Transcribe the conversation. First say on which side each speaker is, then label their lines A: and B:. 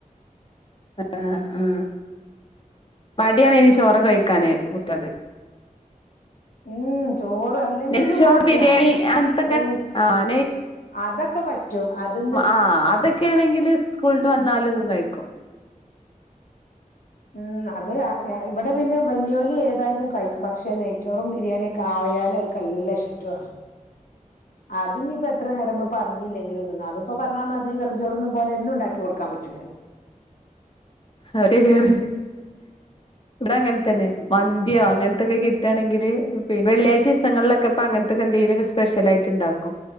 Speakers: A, on the left; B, on the left.
A: ആ ആ മടിയാണ് അയിന് ചോറൊക്കെ കഴിക്കാന് കുട്ട്യാക്ക്
B: ഉം ചോറല്ലെങ്കിലും
A: നെയ്ച്ചോർ
B: മട്യാ
A: ബിരിയാണി അങ്ങനത്തൊക്കെ
B: അവും
A: ആഹ്
B: അതൊക്കെ പറ്റും അത്
A: ആ അതൊക്കെയാണെങ്കില് സ്കൂള് വന്നാലും കഴിക്കും
B: ഉം അത് ഇവിടെ പിന്നെ വലിയ വലിവ മ്മ് അത് അഹ് വല്യോല് ഏതായാലും കഴിക്കും പക്ഷെ നെയ്ച്ചോറും ബിരിയാണിെയൊക്കെ ആയാ ല് ഓല്ക്ക് നല്ല ഇഷ്ട്ടു ആണ് അത്ഞ്ഞ് ഇപ്പൊ എത്ര നേരും നമ്മള് പറഞ്ഞില്ലെങ്കിലും തിന്നു അതിപ്പോ പറഞ്ഞാമാതിരി വെറും ചോറ് തിന്നും പോലെന്നും ഇണ്ടാക്കി കൊടുക്കാന് പറ്റൂലലോ
A: അത് ശരിയാണ് ഇവിടെ അങ്ങനെ തന്നെ
B: ഉം
A: മന്തിയോ അങ്ങനത്തൊക്കെ കിട്ടുകയാണെങ്കില് പിന്നെ വെള്ളിയഴ് ദിവസങ്ങളിലൊക്കെ ഇപ്പ അങ്ങനത്തെക്കെ എന്തെങ്കിലുംക്കെ സ്പെ്യലയിട്ട് ഉണ്ടാക്കും